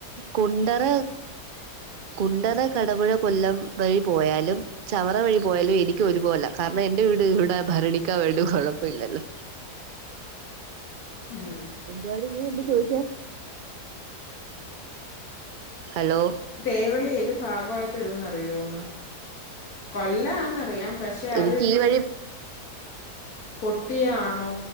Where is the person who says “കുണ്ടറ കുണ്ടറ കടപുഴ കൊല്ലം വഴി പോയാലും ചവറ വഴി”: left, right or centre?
Right